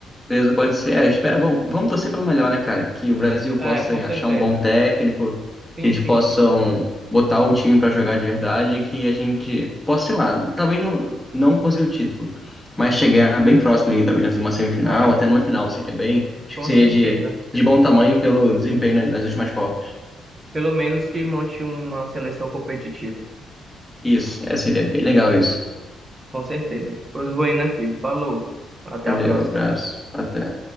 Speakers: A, in the centre; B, on the right.
A: Beleza, pode ser. É, espera, vamos, vamos torcer para o melhor, né, cara? Que o Brasil
B: É,
A: possa
B: com certeza.
A: achar um bom técnico,
B: Sim,
A: que eles
B: sim,
A: possam
B: sim.
A: botar o time para jogar de verdade, que a gente possa, sei lá, talvez não, não conseguir o título, mas chegar bem próximo ali, talvez numa semifinal,
B: É,
A: até numa final, seria bem. Acho
B: com
A: que seria
B: certeza.
A: de, de bom tamanho pelo desempenho na- nas últimas Copas.
B: Pelo menos que monte uma seleção competitiva.
A: Isso, é, seria bem legal isso.
B: Com certeza. Pois vou indo aqui. Falou. Até
A: Valeu,
B: a próxima.
A: abraço, até.